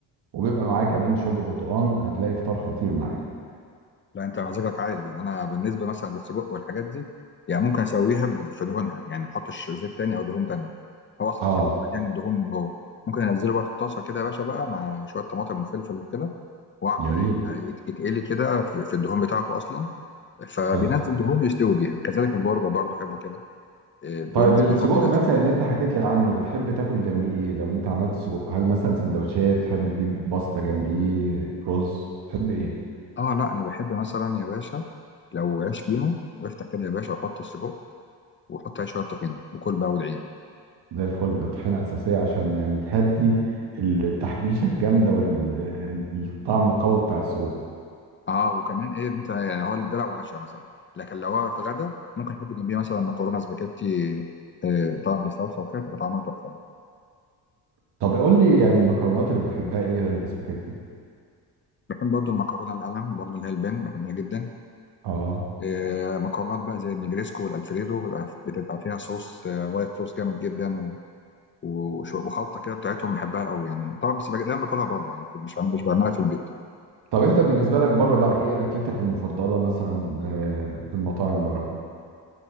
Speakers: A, on the right; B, on the left.
A: وبيبقى معاه كمان شوب برتقال هتلاقي فطار خطير معاك
B: لا انت مزاجك عالي انا بالنسبه مثلا للسجق والحاجات دي يعني ممكن اسويها ب- في دهونها يعني ما احطش زيت تاني او دهون تانيه هو اصلا
A: اه
B: السجق مليان دهون من جوه ممكن انزله بقى في الطاسه كده يا باشا بقى مع شويه طماطم وفلفل وكده وقع بقى
A: جميل
B: ايه هيت- يتقلي كده في في الدهون بتاعته اصلا فبينزل
A: حلو
B: دهون يستوي بيها كذلك البرجر برضه احبه كده إيه، بينزل
A: طيب السجق
B: هو بينزل
A: مثلا اللي انت حكيت لي عنه بتحب تاكل جنبيه ايه لو انت عملت سجق هل مثلا سندوتشات تحب تجيب باستا جنبيه رز تحب ايه
B: اه لا انا بحب مثلا يا باشا لو عيش فينو وافتح كده يا باشا وحط السجق وحط عليه شويه طحينه وكل بقى وادعيلي
A: زي الفل طحينة أساسية عشان يعني تهدي التحبيشة الجامدة والطعم القوي بتاع السجق
B: اه وكمان ايه انت يعني هو ده لو عشاء مثلا لكن لو هو في غدا ممكن احب جنبيه مثلا مكرونه سباكيتي آه، طبعا بالصلصه وكده تبقى طعمها تحفه
A: طب قول لي يعني المكرونات اللي بتحبها إيه غير الاسباجيتي؟
B: بحب برضه المكرونه القلم برضه اللي هي البن بحبها جدا
A: اه
B: آه، مكرونات بقى زي النجريسكو والالفريدو بيبقى بتبقى فيها صوص آه، وايت صوص جامد جدا و- و- وش- وخلطه كده بتاعتهم بحبها قوي يعني طبعا بس بج- دايما باكلها بره يعني مش عم- مش بعملها في البيت
A: طب أنت بالنسبة لك بره بقى إيه أكلتك المفضلة مثلا آه، في المطاعم بره؟